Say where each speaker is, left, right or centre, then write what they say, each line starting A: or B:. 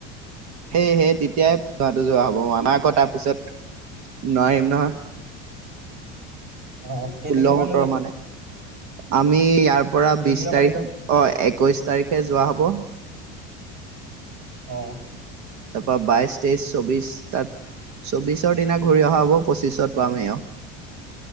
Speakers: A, on the right; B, on the right.
A: হেই হে তেতিয়াই যোৱা হ'ব আমা আকৌ তাৰ পিছত নোৱাৰিম নহয়
B: অ',
A: ষোল্ল
B: কেইদিনৰ
A: সোতৰ
B: কাৰণে যাবি?
A: মানে আমি ইয়াৰ পৰা
B: কেইদিনৰ
A: বিশ তাৰিখ
B: কাৰণে যাবি
A: অ' একৈশ তাৰিখে যোৱা হ'ব
B: অ',
A: তাৰপৰা বাইশ, তেইশ, চৌবিশ তাত চৌবিছৰ দিনা ঘূৰি অহা হ'ব পঁচিছত পামহি আও